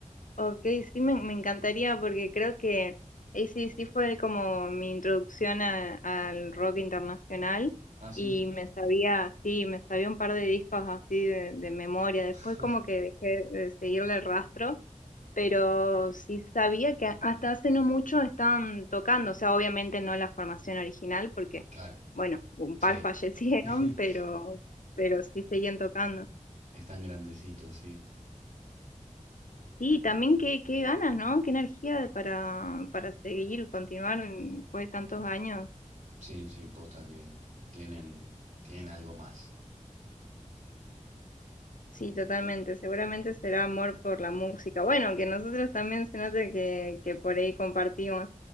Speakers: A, on the left (about 75°); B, on the right (about 70°).
A: Ok, sí, me, me encantaría porque creo que sí sí fue como mi introducción a- al rock internacional
B: Ah, sí.
A: y me sabía, sí, me sabía un par de discos así de, de memoria. Después
B: <laughs>
A: como que dejé de seguirle el rastro, pero sí sabía que hasta hace no mucho estaban tocando, o sea, obviamente no la formación original, porque,
B: Claro,
A: bueno, un par
B: sí.
A: <laughs> fallecieron,
B: <laughs>
A: pero, pero sí seguían tocando.
B: Es tan grandecito, sí.
A: Sí, también qué, qué ganas, ¿no? Qué energía para, para seguir, continuar en- después de tantos años.
B: Sí, sí, posta que tienen, tienen algo más.
A: Sí, totalmente. Seguramente será amor por la música. Bueno, que nosotros también se note que, que por ahí compartimos.